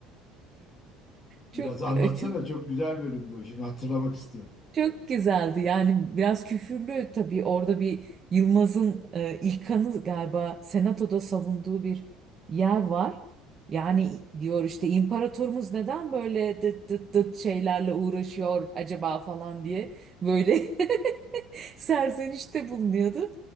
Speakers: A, on the right; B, on the left.
A: Çok
B: Biraz anlatsana
A: e, çok
B: çok güzel bölümdü o. Şimdi hatırlamak istiyorum.
A: Çok güzeldi yani biraz küfürlü tabii orada bir Yılmaz'ın e, İlkan'ı galiba senatoda savunduğu bir yer var. Yani diyor işte imparatorumuz neden böyle dıt dıt dıt şeylerle uğraşıyor acaba falan diye böyle <laughs> serzenişte bulunuyordu.